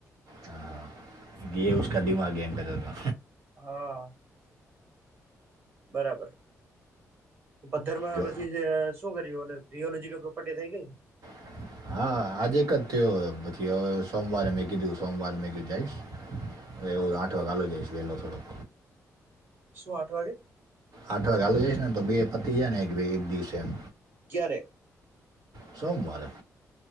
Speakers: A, on the right; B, on the right.
A: હા હાં ગે ઉસકા દિમાગ હે એમ કેતો હતો
B: હા બરાબર પધ્ર માં
A: જો
B: પછી જે શું કર્યું રીયોલોજીકલ પ્રોપર્ટી થઈ ગઈ
A: <inaudible> હા આજે એક જ થયો પછી હવે સોમવારે મેં કીધું સોમવારે મે કી જઈશ હ એવું
B: બરાબર
A: આઠ વાગાલી જાયશ પેલો થડો
B: શું આઠ વાગે
A: આઠ વાગે આાલ જઈ ને તો બે પતી જાય ને એક એક દિવસે એમ
B: ક્યારે?
A: સોમવારે